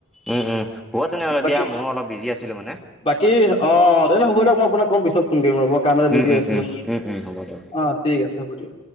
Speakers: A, in the centre; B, on the left.
A: উম উম বত তেনেহলে
B: বাকী
A: দা ময়ো অলপ বিজি আছিলো মানে
B: বাকী অ তেনে হ'ব দিয়াক মই আপোনাক কম পিছত ফোন কৰিম আৰু কাম এটা বিজি
A: উম উম
B: আছিলো
A: উম উম উম হ'ব দিয়ক
B: অ ঠিক আছে হ'ব দিয়ক